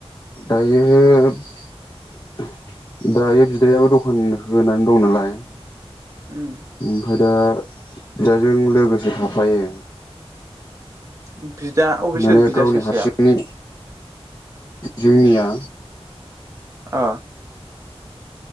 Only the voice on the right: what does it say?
उम
<unintelligible> अबे
सोर बिदा
सासेया
आ